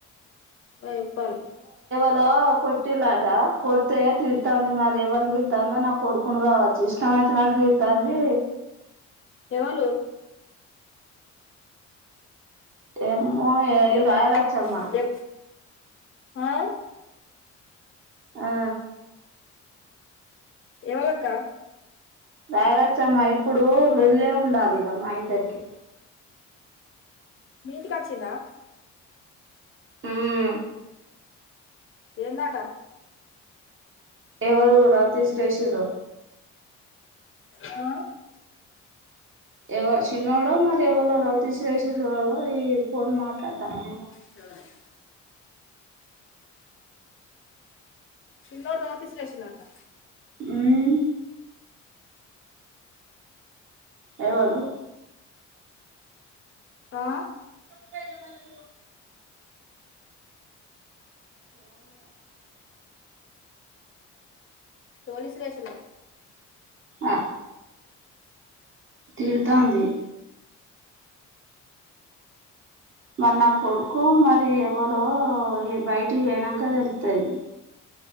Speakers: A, on the left; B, on the right.
A: నువ్వేచెప్పాలా
B: ఇలో కొట్టిలాట కొడితే తిడు తంది మరి ఎవరిని తిడుతందో నాకు కొడుకుని కావచ్చు ఇష్టం వచ్చినడు తిడుతంది
A: ఎవలు
B: ఏం మోయే ఈ
A: ఎ-
B: రాయలాచ్చమ్మా
A: ఎ- ఆ
B: ఆ
A: ఎవళక్క
B: రాయలాచ్చమ్మా ఏప్పుడు లొల్లే ఉండాలిగా మా ఇద్దరికి
A: మీఇంటి కాచిందా
B: ఉమ్
A: ఏందాట
B: ఎవరు రావత చేసింరో
A: ఆ
B: ఎవ చిన్నోడో మరి ఎవరో రవితి శ్రేసింరో ఈ ఫోన్ మాట్లాడతాను
A: జులయ్ చిన్న రాతి ఈసిరేసిందాంట
B: ఉహ్ ఎవడు
A: ఆ
B: పెరుగల్
A: పోలీస్లేష లో
B: ఆ తిరుతాంది మరి నా కొడుకొ మరి ఎవరో ఈ బయటికి పోయినంక తెలుత్తది